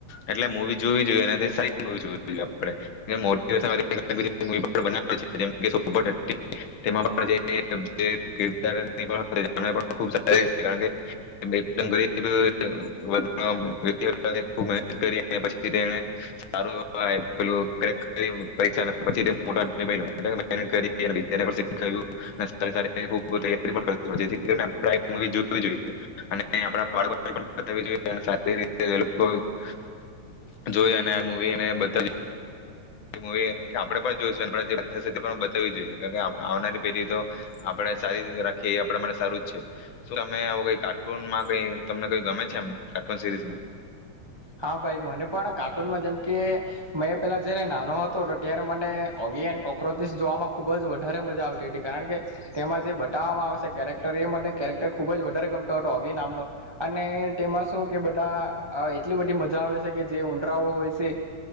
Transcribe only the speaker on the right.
હા ભાઈ મને પણ કાર્ટૂનમાં જેમકે મેં પેલા જયારે નાનો હતો હતો ત્યારે મને ઓગી એન્ડ કોક્રોચિસ જોવામાં ખુબ જ વધારે મજા આવતી હતી કારણ કે, તેમાં જે બતાવામાં આવશે કેરેક્ટર એ મને કેરેક્ટર ખુબ જ વધારે ગમતો હતો ઓગી નામનો, અને તેમાં શું કે બધા એટલી બધી મજા આવે છે કે જે ઊંડરાઓ હોય છે,